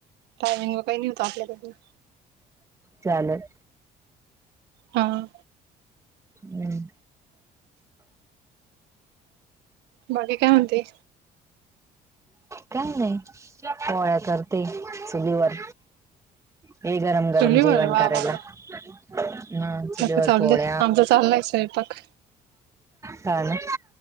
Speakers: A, on the right; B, on the right.
A: टायमिंग व काही नाही होत आपल्यालाून.
B: चालेल
A: हा
B: हम्.
A: बला काय होते.
B: का नाही पोळ्या करते चुलीवर. हे गरम गरम
A: चुलीवर
B: जेवन
A: वा
B: करेला.
A: वा वा
B: ह चलवरर
A: बाकी चालू
B: पळ
A: दे आमचा चाललाय स्वयंपाक
B: काले.